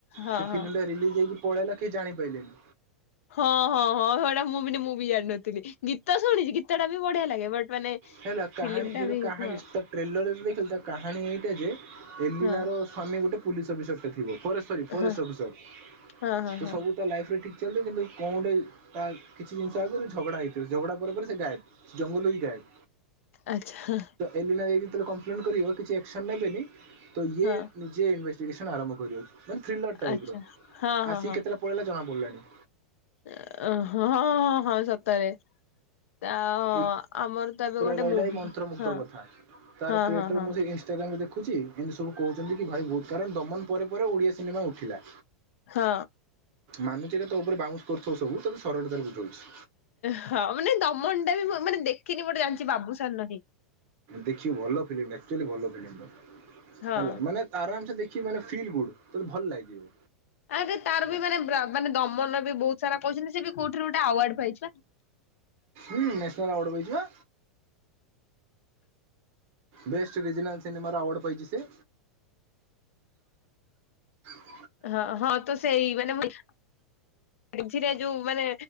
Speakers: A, on the left (about 75°); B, on the right (about 30°).
A: ହଁ
B: ସେ ଫିଲ୍ମି
A: ହଁ
B: ଟା ରିଲିଜ୍ ହେଇକି ପଳେଇଲା କେହି ଜାଣିପାରିଲେନି।
A: ହଁ ହଁ ହଁ ସେଇଟା ମୁଁ ଭିଡି ମାନେ ମୁଁ ବି ଜାଣିନଥିଲି ଗୀତ ଶୁଣିଛି ଗୀତଟା ବି ବଢିଆ ଲାଗେ ବଟ୍ ମାନେ।
B: ହେଲା କାହାଣୀ
A: ଫିଲ୍ମ ଟା
B: ଏଯୋଉ
A: ବି
B: କାହାଣୀ
A: ହଁ
B: ମିଷ୍ଟକ ଟ୍ରେଲରରେ ନୁହେଁତ କିନ୍ତୁ ତାକାହାଣୀ ଏଇଟା ଯେ ଏଲିନାର
A: ହଁ
B: ସ୍ଵାମୀ ଗୋଟେ ପୁଲିସ ଅଫିସରଟା ଥିବ ଫରେ ସରି ଫରେଷ୍ଟ
A: ହଁ
B: ଅଫିସର
A: ହଁ ହଁ
B: ତ
A: ହଁ
B: ସବୁ ତା ଲାଇଫ୍ରେ ଠିକ୍ ଚାଲୁ କିନ୍ତୁ କଣ ଗୋଟେ ତା କିଛି ଜିନିଷ ଆଗରେ ଝଗଡ଼ା ହେଇଥିବେ ଝଗଡ଼ା ପରେ ସେ ଗାଏପ୍। ଜଙ୍ଗଲରୁ ହିଁ ଗାଏପ୍।
A: ଆଚ୍ଛା
B: ଏଲିନା ଏଇଠିଥୁଲେ କମ୍ପ୍ଲେନ କରିବ କିଛି ଆକ୍ସନ ନେବେନି ତ ଇଏ
A: ହଁ
B: ଉ ଯିଏ ଇନଭେଷ୍ଟିଗେସନ୍ ଆରମ୍ଭ କରିବ ମାନେ ଥ୍ରିଲର୍ ଟାଇପ୍ର
A: ଆଚ୍ଛା ହଁ
B: ଆସିକି
A: ହଁ
B: କେତେବେଳେ ପଳେଇଲା ଜଣାପଡ଼ିଲାଣି।
A: ହ୍ରା ହଁ ହଁ ହଁ ସତରେ। ତା ହ
B: ଏ
A: ଆମର ତାପରେ ଗୋଟେ
B: ରହିଲା
A: ମୁଭି
B: ଏଇ ମନ୍ତ୍ରମୁଗ୍ଧ
A: ହଁ।
B: କଥା। ତାର
A: ହଁ
B: କ୍ରିଏଟର
A: ହଁ ହଁ
B: ମୁଁ ଯେ ଇନଷ୍ଟାଗ୍ରାମ ଦେଖୁଚି। ଏନ୍ ସବୁ କହୁଛନ୍ତି କି ଭାଇ ବହୁତ୍ କାରଣ ଦମନ ପରେ ପରେ ଓଡ଼ିଆ ସିନେମା ଉଠିଲା।
A: ହଁ।
B: ମାନୁଚି ଏଟା ତୋ ଉପରେ ବାଉନ୍ସ କରୁଥିବ ସବୁ ତତେ ସରଳତାରେ ବୁଝୋଉଚି।
A: ହଁ ମାନେ ଦମନଟା ବି ମୁଁ ମାନେ ଦେଖିନି ବଟ ଜାଣିଛି ବାବୁସାନ୍ ନାହିିଁ।
B: ଦେଖିବୁ ଭଲ ଫିଲ୍ମ ଆକ୍ଚୁଆଲି ଭଲ ଫିଲ୍ମଟା
A: ହଁ
B: ହେଲା ମାନେ ଆରାମ୍ ସେ ଦେଖିଵୁ ମାନେ ଫିଲ୍ ଗୁଡ୍ ତତେ ଭଲ ଲାଗିବ।
A: ଆଉ ତାର
B: ହେଲା।
A: ବି ମାନେ ବ୍ରା ମାନେ ଦମନ୍ ବି ବହୁତ୍ ସାରା କହୁଛନ୍ତି ସେ ବି କୋଉଠି ଗୋଟେ ଆୱାର୍ଡ ପାଇଛିପା?
B: ହୁଁ ନ୍ୟାସନାଲ୍ ଆୱାର୍ଡ଼ ପାଇଛିପା। ବେଷ୍ଟ ରିଜିନାଲ ସିିନେମାର ଆୱାଡ୍ ପାଇଛିି ସେ। <unintelligible>
A: ହଁ ହଁ ତ ସେଇ ମାନେ <unintelligible> ମଝିରେ ଯୋଉ ମାନେ।